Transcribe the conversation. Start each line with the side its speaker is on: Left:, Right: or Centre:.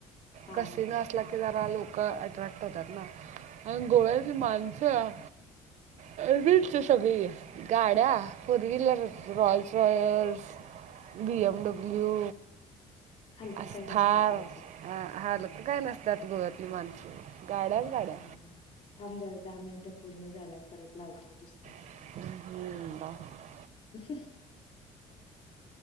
Left: हा
Right: कस
Left: हा
Right: नसला
Left: हा
Right: की जरा लोक त अॲट्रॅक्ट होतात ना आणि गोव्यात ज माणसं
Left: ह <unintelligible>
Right: अच सगळी गाड्या four wheeler royal फॉयर्स B M W
Left: हलकं
Right: असथार
Left: काय नसतंय त्यांचं
Right: ह काय नसतात गोवातली माणसं गाड्याच
Left: ह
Right: गाड्या
Left: थांब झाला दहा मिनिटं पूर्ण झाल्यात परत लावतो दुसरा
Right: ह ब
Left: <unintelligible>